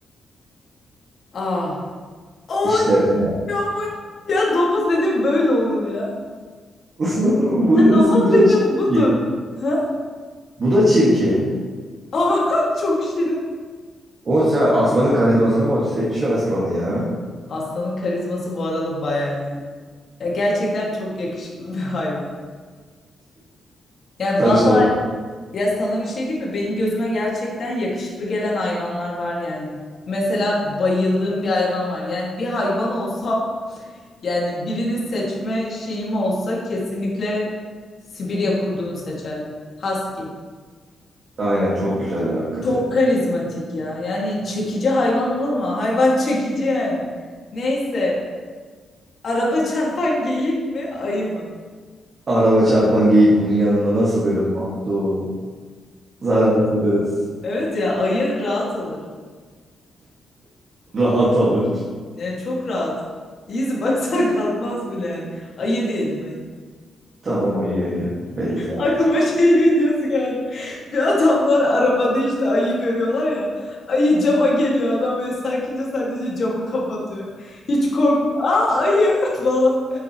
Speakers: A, on the left; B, on the right.
A: Aa. Oy
B: İşte tamam.
A: aman. Ya domuz dedim böyle olur ya.
B: <laughs> Bu
A: Ya
B: nasıl?
A: domuz
B: Bu da
A: dedim
B: çirkin.
A: budur. Ha?
B: Bu da çirkin.
A: Ama <laughs> çok şirin.
B: O sen aslanın karizmasına bak. Seç şu aslanı ya.
A: Aslanın karizması bu arada bayağı iyi. Ya gerçekten çok yakışıklı bir hayvan. Yani
B: Tanıştıralım.
A: bazı ya sana bir şey diyeyim mi? Benim gözüme gerçekten yakışıklı gelen hayvanlar var yani. Mesela bayıldığım bir hayvan var. Yani bir hayvan olsam yani birini seçme şeyim olsa kesinlikle Sibirya kurdunu seçerdim. Husky.
B: Aynen çok güzeller hakikaten.
A: Çok karizmatik ya. Yani çekici hayvan olur mu? Hayvan <laughs> çekici yani. Neyse. Araba çarpan geyik mi? Ayı mı?
B: Araba çarpan geyik bunun yanında nasıl böyle masum, zararsız.
A: Evet ya ayı rahat alır.
B: Rahat alır.
A: Yani çok rahat. İyiyiz <laughs> baksan kalkmaz bile yani. Ayı diyelim ayı.
B: Tamam ayı Ege. Belli zaten.
A: Aklıma şey <laughs> videosu geldi. Bir adamlar arabada işte ayı görüyorlar ya. Ayı cama geliyor adam böyle sakince sadece camı kapatıyor. Hiç korkmuyor. Aa ayı <laughs> falan.